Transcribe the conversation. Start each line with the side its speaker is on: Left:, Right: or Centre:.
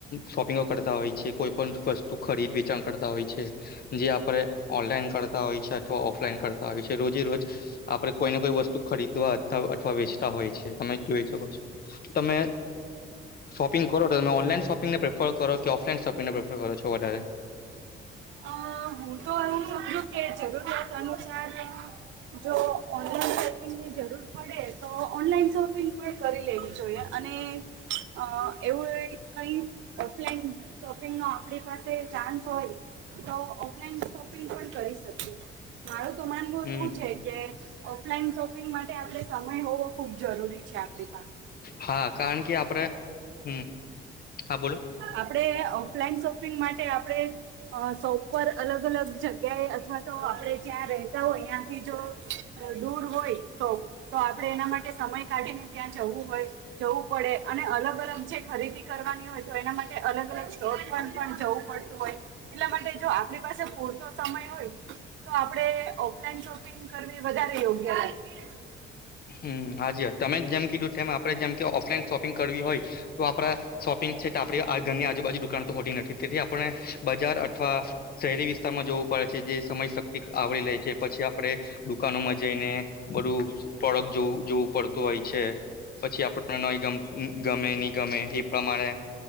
Left: શોપિંગો કરતા હોય છે કોઈ પણ વસ્તુ ખરીદવી કરતા હોય છે જે આપણે ઓનલાઈન કરતા હોય છે અથવા ઓફલાઈન કરતા હોય છે રોજેરોજ આપડે કોઈને કોઈ વસ્તુ ખરીદવા અતાઅથવા વેચતા હોય છે. તમે જોઈ શકો છો તમે શોપિંગ કરો તો તમે ઓનલાઈન શોપિંગને પ્રેફર કરો કે ઓફલાઈન શોપિંગને પ્રેફર કરો છો વધારે
Right: અ હું તો એવુ સમજુ કે જરૂરિયાત અનુસાર જો ઓનલાઈન ની જરૂર પડે તો ઓનલાઈન શોપિંગ પણ કરી લેવી જોઈએ અને અ <inaudible> કઈ ઓફલાઇન શોપિંગનો આપણી પાસે ચાન્સ હોય, તો ઓફલાઈન શોપિંગ પણ કરી શકી મારું તો માનવું
Left: હમ
Right: એવું છે કે. ઓફલાઈન શોપિંગ માટે આપણે સમય હોવો ખૂબ જરૂરી છે આપે
Left: હા કારણ કે આપડે હમ હા બોલો.
Right: આપણે ઓફલાઈન શોપિંગ માટે આપણે. અ સો ઉપર અલગ અલગ જગ્યાએ અથવા તો આપડે જ્યાં રહેતા હોય ત્યાંથી જો. દૂર હોય તો. તો આપણે એના માટે સમય કાઢીને ત્યાં જવું હોય જવું પડે અને અલગ અલગ જે. ખરીદી કરવાની હોય તો એના માટે અલગ અલગ સ્ટોર પણ પણ જવું પડતું હોય. એટલા માટે જો આપણી પાસે પૂરતો સમય હોય તો આપડે ઓફલાઈન શોપિંગ. કરવી વધારે યોગ્ય રહે.
Left: હમ્મ હા જ તમે જેમ કીધું તેમ આપડે જેમ કે ઓફલાઈન શોપિંગ કરવી હોય. તો આપડા શોપિંગ છે તો આપડી ઘરની આજુબાજુ દુકાન તો હોતી નથી. તેથી આપણે બજાર અથવા. શહેરી વિસ્તારમાં જવું પડે છે જે સમય શક્તિ આવરી લે છે પછી આપડે. દુકાનોમાં જઈને બધું. પડખ જોવું જોવું પડતું હોય છે પછી આપણને ન ગમે નહી ગમે. એ પ્રમાણે